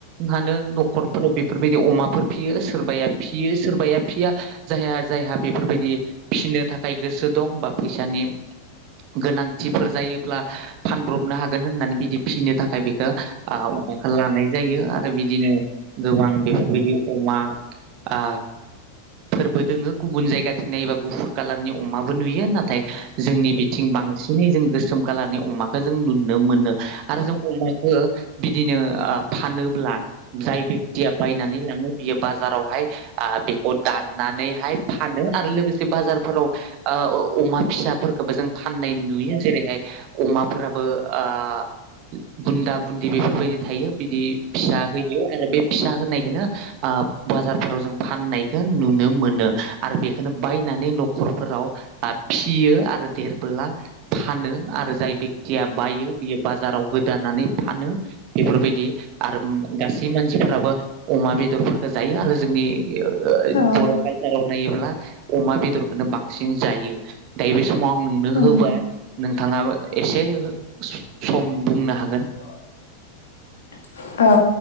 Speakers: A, on the right; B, on the left.
A: हानो न'खरफोराव बेफोरबायदि अमाफोर फियो सोरबाया फियो सोरबाया फिया जायहा जायहा बेफोरबायदि फिसिनो थाखाय गोसो दं बा फैसानि गोनांथिफोर जायोब्ला फानब्रबनो हागोन होननानै बिदि फिनो थाखाय ओ आ अमाखौ लानाय जायो आरो आरो बिदिनो गोबां बेफोरबायदि अमा आ फोरबो दोङो गुबुन जायगाथिं नायोबा गुफुर कालारनि अमाबो नुयो नाथाय जोंनि बिथिं बांसिनै जों गोसोम कालारनि अमाखो जों नु नुनो मोनो आरो जों अमाखो बिदिनो आं फानोब्ला जाय ब दिया बायनानै लाङो बियो बाजार बाजारावहाय आ बेखौ दाननानैहाय फानो आरो लोगोसे बाजारफोराव ओ अमा फिसाफोरखौबो जों फाननाय नुयो जेरैहाय अमाफोराबो ओ बुन्दा बुन्दि बेफोरबायदि थायो बिदि फिसा होयो आरो बे फिसा नायखनो ओ बाजारफोराव जों फाननायखो नुनो मोनो आरो बेखोनो बायनानै न'खरफोराव ओ फिसियो आ आरो देरबोला फानो आरो जाय बे दिया बायो बियो बाजाराव गोदानानै फानो बेफोरबायदि आरो गासै मानसिफोराबो अमा बेदरफोरखो जायो आरो जोंनि ओ ओ
B: औ
A: बर' कालसाराव नायोब्ल ब्ला अमा बेदरखौनो बांसिन जायो। दायो बे समाव आं नोंनो
B: औ
A: होबाय नोंथाङाबो एसे हो सम बुंनो हाग
B: <inaudible> औ।